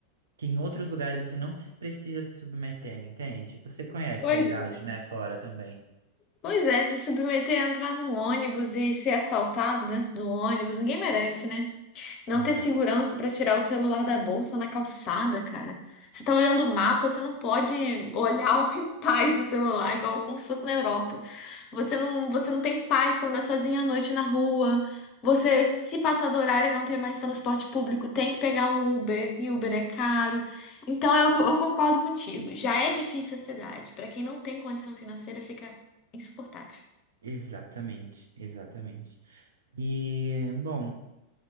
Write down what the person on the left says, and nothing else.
Pois
é.
Pois é, se submeter a entrar num ônibus e ser assaltado dentro do ônibus, ninguém merece, né? Não
ter segurança pra tirar o celular da bolsa na calçada, cara. Você tá olhando o mapa, você não pode olhar <laughs> em paz o celular, igual como se fosse na Europa. Você não, você não tem paz pra andar sozinha à noite na rua. Você, se passar do horário e não ter mais transporte público, tem que pegar um Uber, e Uber é caro. Então, é o que eu, eu concordo contigo. Já é difícil a cidade. Pra quem não tem condição financeira, fica insuportável.